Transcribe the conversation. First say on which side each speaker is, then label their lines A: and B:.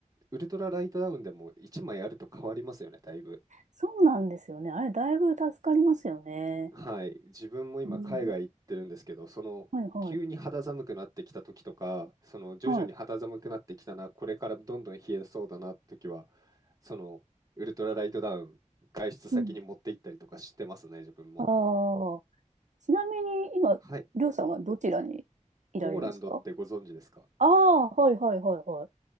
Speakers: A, on the right (about 30°); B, on the right (about 65°).
A: ウルトラライトダウンでも1枚あると変わりますよね、だいぶ。
B: そうなんですよね。あれ、だいぶ助かりますよね。
A: はい、自分も今海外行ってるんですけど、
B: うん。
A: その急に肌寒くなってきた時とか、
B: はいはい。
A: その徐々に肌寒くなってきたな、
B: はい。
A: これからどんどん冷えそうだなって時は、そのウルトラライトダウン、外出先に持って行ったりとかしてますね、
B: うん。
A: 自分も。
B: ああ。ちなみに、今、
A: はい、
B: りょうさんはどちらにいられるんですか
A: ポーランドってご存知ですか
B: ああー、はいはいはいはい。